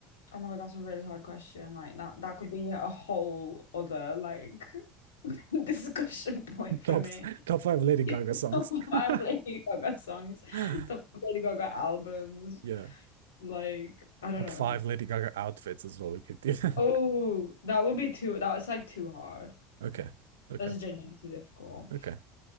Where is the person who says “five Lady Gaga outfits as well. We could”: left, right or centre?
Right